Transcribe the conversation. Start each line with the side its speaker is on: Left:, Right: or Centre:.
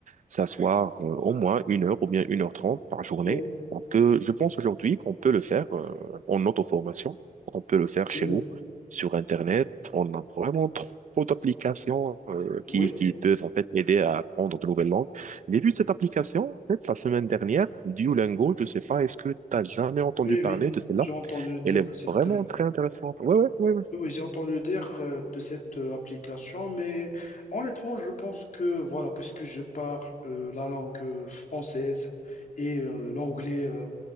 Right: s'asseoir euh, au moins une heure ou bien une heure trente par journée.
Left: Oui,
Right: Parce que je pense aujourd'hui qu'on peut le faire euh, en auto-formation, on peut le faire chez
Left: oui,
Right: nous,
Left: oui.
Right: sur Internet. On a vraiment trop d'applications euh, qui,
Left: Oui,
Right: qui peuvent en fait aider à apprendre de nouvelles langues. J'ai vu cette application en fait, la semaine dernière, Duolingo. Je ne sais pas, est-ce que tu n'as jamais entendu
Left: oui,
Right: parler
Left: oui.
Right: de celle-là?
Left: J'ai entendu dire
Right: Elle est
Left: de cette...
Right: vraiment
Left: euh,
Right: très intéressante. Oui, oui, oui, ouais. ouais, ouais,
Left: Oui, oui, j'ai entendu dire euh, de cette euh, application, mais honnêtement, je pense que, voilà, puisque je parle euh, la langue euh, française et euh, l'anglais euh,